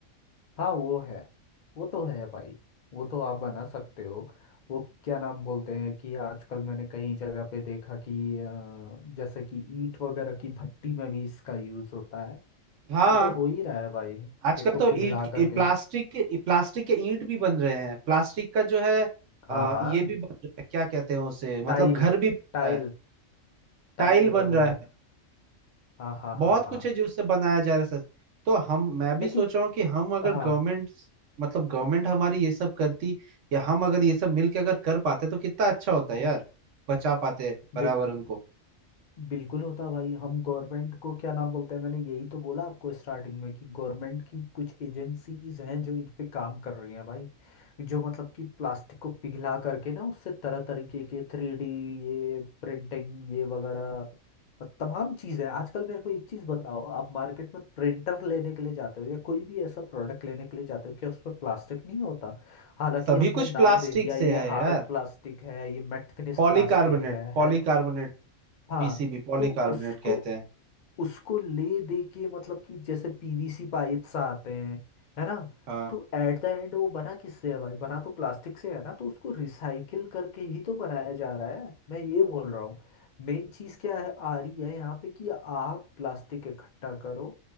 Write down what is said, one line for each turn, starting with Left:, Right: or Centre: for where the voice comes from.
Left: हाँ वो है वो तो है भाई वो तो आप बना सकते हो वो क्या नाम बोलते हैं कि आजकल मैंने कई जगह पे देखा कि अ, जैसे कि ईंट वगैरह की भट्टी में भी इसका यूज होता है
Right: हाँ
Left: वो तो हो ही रहा है भाई
Right: आजकल
Left: उसको
Right: तो
Left: पिघला
Right: ईंट
Left: करके
Right: ए, प्लास्टिक के ए, प्लास्टिक के ईंट भी बन रहे हैं प्लास्टिक का जो है
Left: हाँ
Right: आ,
Left: हाँ
Right: ये भी बन रहा है क्या कहते हैं उसे
Left: टाइल
Right: मतलब घर भी बन
Left: टाइल
Right: रहा है टाइल
Left: टाइल
Right: बन
Left: वगैरह
Right: रहा है
Left: हाँ हाँ
Right: बहुत
Left: हाँ
Right: कुछ
Left: हाँ
Right: है जो उससे बनाया जा रहा है सच तो हम मैं भी
Left: लेकिन
Right: सोच रहा हूँ कि हम अगर
Left: हाँ
Right: गवर्नमेंट मतलब गवर्नमेंट हमारी ये सब करती या हम अगर ये सब मिलके अगर कर पाते तो कितना अच्छा होता है यार बचा पाते पर्यावरण
Left: बिल
Right: को
Left: बिल्कुल होता भाई हम गवर्नमेंट को क्या नाम बोलते हैं मैंने यही तो बोला आपको स्टार्टिंग में कि गवर्नमेंट की कुछ एजेंसीज हैं जो इन पे काम कर रही हैं भाई जो मतलब कि प्लास्टिक को पिघला करके ना उससे तरह तरीके के थ्री डी ये प्रिंटिंग ये वगैरह और तमाम चीज़ें हैं। आजकल मेरे को एक चीज़ बताओ आप मार्केट में प्रिंटर लेने के लिए जाते हो या कोई भी ऐसा प्रोडक्ट लेने के लिए जाते हो क्या उसमें प्लास्टिक नहीं होता हालांकि
Right: सभी
Left: हमने
Right: कुछ
Left: नाम
Right: प्लास्टिक
Left: दे दिया
Right: से
Left: ये
Right: है
Left: हार्ड
Right: यार
Left: प्लास्टिक है ये मेट फिनिश
Right: पॉलीकार्बोनेट
Left: प्लास्टिक है
Right: पॉलीकार्बोनेट
Left: है हाँ
Right: पीसीबी पॉलीकार्बोनेट
Left: तो उसको
Right: कहते हैं
Left: उसको ले दे के मतलब कि जैसे पीवीसी पाइप्स आते हैं है ना
Right: हाँ
Left: तो एट द एंड वो बना किससे है भाई बना तो प्लास्टिक से है ना तो उसको रिसाइकिल करके ही तो बनाया जा रहा है मैं ये बोल रहा हूँ मेन चीज क्या है आ रही है यहाँ पे कि आप प्लास्टिक इकट्ठा करो